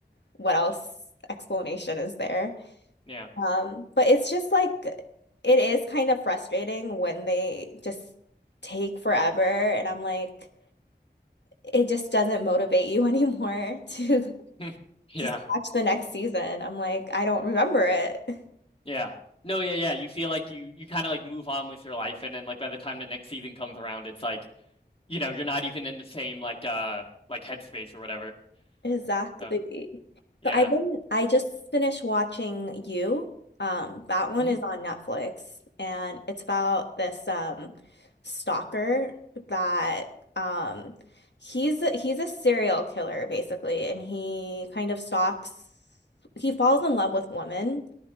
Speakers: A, on the left (about 80°); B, on the left (about 30°).
A: what else explanation is there?
B: yeah. <laughs>
A: Um, but it's just like it is kind of frustrating when they just take forever and I'm like, it just doesn't motivate you anymore to
B: Hmm.
A: <laughs>
B: Yeah.
A: just watch the next season. I'm like, I don't remember it.
B: Yeah. No, yeah, yeah. You feel like you you kind of like move on with your life, and then like by the time the next season comes around, it's like you know you're not even in the same like uh like headspace or whatever.
A: Exactly.
B: So yeah.
A: So I've been I just finished watching You. Um, that one
B: Hmm.
A: is on Netflix and it's about this um stalker that um he's a, he's a serial killer basically and he kind of stalks he falls in love with women